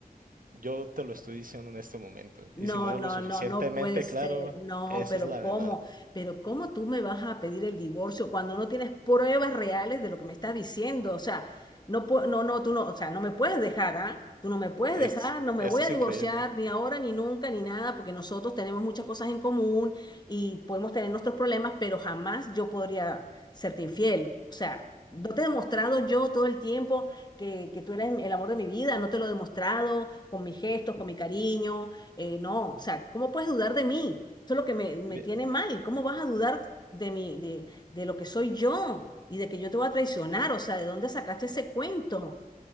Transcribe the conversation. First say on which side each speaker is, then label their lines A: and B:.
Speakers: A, on the right; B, on the left.
A: Yo te lo estoy diciendo en este momento.
B: No,
A: Y si no era
B: no,
A: lo suficientemente
B: no, no puede ser.
A: claro,
B: No,
A: esa
B: pero
A: es la
B: ¿cómo?
A: verdad.
B: Pero ¿cómo tú me vas a pedir el divorcio cuando no tienes pruebas reales de lo que me estás diciendo? O sea, no, pue- no, no, tú no, o sea, no me puedes dejar, ¿ah? Tú no me puedes
A: Es,
B: dejar, no me
A: esto
B: voy a
A: es
B: divorciar
A: increíble.
B: ni ahora ni nunca ni nada, porque nosotros tenemos muchas cosas en común y podemos tener nuestros problemas, pero jamás yo podría serte infiel. O sea, no te he demostrado yo todo el tiempo que, que tú eres el amor de mi vida, no te lo he demostrado con mis gestos, con mi cariño eh, no, o sea, ¿cómo puedes dudar de mí? Eso es lo que me, me
A: Mi-
B: tiene mal. ¿Cómo vas a dudar de mí, de, de lo que soy yo y de que yo te voy a traicionar? O sea, ¿de dónde sacaste ese cuento?